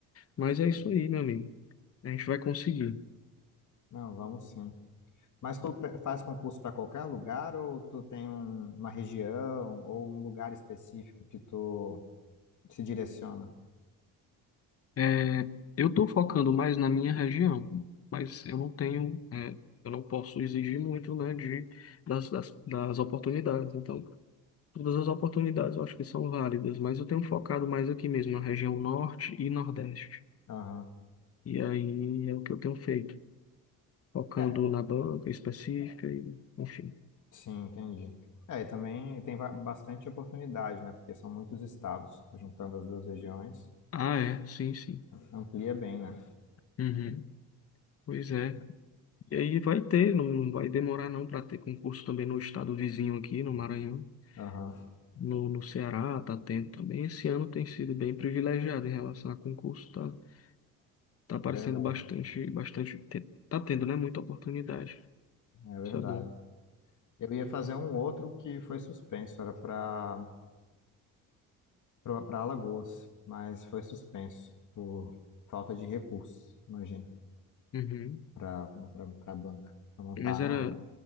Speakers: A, on the left (about 40°); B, on the left (about 55°).
A: Mas é
B: Então,
A: isso aí, meu amigo. A gente vai conseguir.
B: Não, vamos sim. Mas tu pe- faz concurso para qualquer lugar ou tu tem um- uma região ou um lugar específico que tu se direciona?
A: É, eu estou focando mais na minha região, mas eu não tenho, é, eu não posso exigir muito, né, de, das, das, das oportunidades. Então, todas as oportunidades eu acho que são válidas, mas eu tenho focado mais aqui mesmo, na região norte e nordeste.
B: Aham.
A: E aí é o que eu tenho feito, focando
B: É,
A: na banca específica e, enfim.
B: sim, entendi. É, e também tem va- bastante oportunidade, né? Porque são muitos estados, juntando as duas regiões,
A: Ah, é, sim, sim.
B: amplia bem, né?
A: Uhum. Pois é. E aí vai ter, não vai demorar não para ter concurso também no estado vizinho aqui, no Maranhão,
B: Aham.
A: no, no Ceará, tá tendo também. Esse ano tem sido bem privilegiado em relação a concurso, tá, tá aparecendo
B: É verdade,
A: bastante, bastante, te- tá tendo, né, muita oportunidade.
B: é verdade.
A: Isso é bom.
B: Eu ia fazer um outro que foi suspenso, era para para Alagoas, mas foi suspenso por falta de recursos, imagina.
A: Uhum.
B: para para banca, para montar,
A: Mas era,
B: né? o-